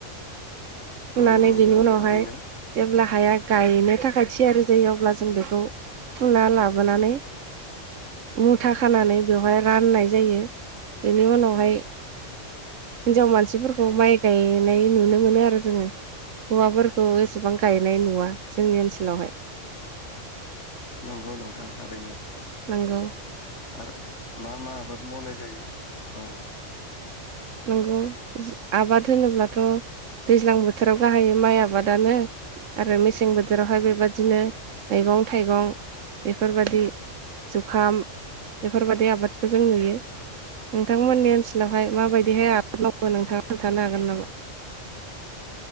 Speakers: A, on the right; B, on the left.
A: फुनानै
B: नंगौ नोंथां
A: बिनि उनावहाय
B: थारैनो
A: जेब्ला हाया गायनो थाखाय थियारि जायो अब्ला जों बेखौ फुना लाबोनानै मुथा खानानै बेवहाय राननाय जायो बेनि उनाव ओमफाय हिनजाव मानसिफोरखौ माइ गायनाय नुनो मोनो आरो जोङो हौवाफोर खौ एसेबां गायनाय नुवा जोंनि ओनसोलावहाय।
B: नंगौ नोंथां थारैनो।
A: नंगौ।
B: आरो मा मा आबाद मावनाय जायो? औ।
A: नंगौ आबाद होनोब्लाथ' दैज्लां बोथोराव गाहाइयै माइ आबादानो आरो मेसें बोथोरावहाय बेबादिनो मैगं थाइगं बेफोरबादि जुखाम बेफोरबादि आबादखौ जों नुयो। नोंथांमोननि ओनसो लावहाय माबायदि बेहाय आबाद मावो नोंथाङा खोन्थानो हागोन नामा?